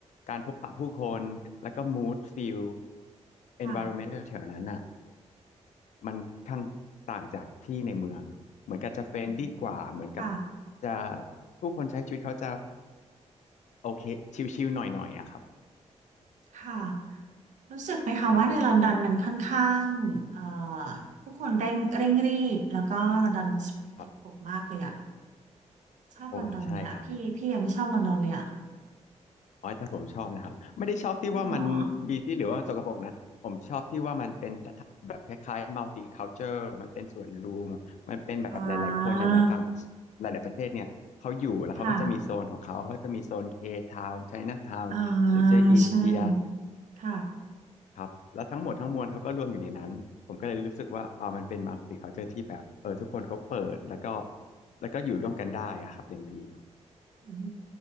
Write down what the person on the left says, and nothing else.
การพบปะผู้คนแล้วก็ mood feel
environment แถวๆนั้นอะ มันทั้างต่างจากที่ในเมืองเหมือนกับจะเฟรนดี้กว่าเหมือนกับ
จะผู้คนใช้ชีวิตเขาจะโอเคชิลๆหน่อยๆอะครับ
ใช่
ครับ
โอ้ใช่ครับโอยแต่ผมชอบนะครับไม่ได้ชอบที่ว่ามันบีซี่หรือว่าสกปรกนะผมชอบที่ว่ามันเป็น
แบบคล้ายๆมัลติคัลเจอร์มันเป็นส่วนรวมมันเป็นแบบหลายๆคนหลายๆต่าง
หลายๆประเทศเนี่ยเขาอยู่แล้วเขาก็จะมีโซนของเขาเขาจะมีโซนเคทาวน์ไชน่าทาวน์หรือจะอินเดีย
ครับแล้วทั้งหมดทั้งมวลเขาก็รวมอยู่ในนั้นผมก็เลยรู้สึกว่าอ่ามันเป็น multicultural ที่แบบเออทุกคนเขาเปิดแล้วก็แล้วก็อยู่ร่วมกันได้อะครับอย่างดี